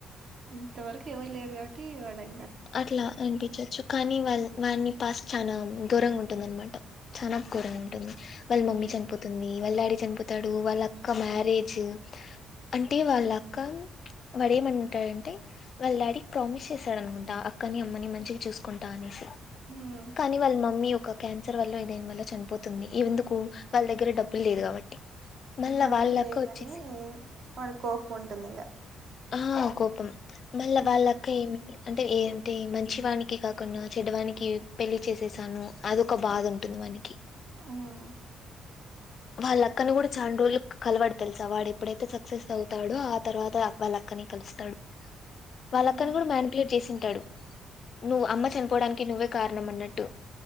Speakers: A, on the right; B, on the left.
A: ఇంతవరకు ఎవరు లేరు కాబట్టి వాడను
B: అట్లా అనిపించోచ్చు కానీ వాళ్ళ వాని ఫస్ట్ చనా ఘోరంగా ఉంటుంది అనమాట చనాా ఘోరంగా ఉంటుంది వాళ్ళ మమ్మీ
A: ఉమ్
B: చనిపోతుంది వాళ్ళ డాడీ చనిపోతాడు వాళ్ళ అక్క మ్యారేజ్ అంటే వాళ్ళ అక్క వాడు ఏమంటాడంటే వాళ్ళ డాడీకి ప్రామిస్ చేశాడు అనుకుంట అ అక్క ని అమ్మని మంచిగా చూసుకుంటా అనేసి
A: ఉమ్
B: కానీ వాళ్ళ మమ్మీ ఒక క్యాన్సర్ వల్ల ఏదైని వల్ల చనిపోతుంది ఈ ఎందుకు వాళ్ళ దగ్గర డబ్బులు లేదు కాబట్టి మళ్ళా
A: డబ్బులు
B: వాళ్ళక్క
A: లేవని
B: వచ్చేసి
A: వాడి కోపం ఉంటుంది ఇంగ
B: ఆ కోపం మళ్ళా
A: ఉమ్
B: వాళ్ళక్క ఏమి అంటే ఏ అంటే మంచివానికి కాకుండా చెడ్డవానికి పెళ్ళి చేసేసాను అది ఒక బాధ ఉంటుంది వానికి
A: అవునా
B: వాళ్ళ అక్కను కూడా చనా రోజులు కలవాడు తెలుసా వాడు ఎప్పుడైతే సక్సెస్ అవుతాడో ఆ తర్వాత వాళ్ళ అక్కనే కలుస్తాడు వాళ్ళ
A: ఉహు
B: అక్కని కూడా మ్యానిప్లేడ్ చేసింటాడు నువ్వు అమ్మ చనిపోడానికి నువ్వే కారణం అన్నట్టు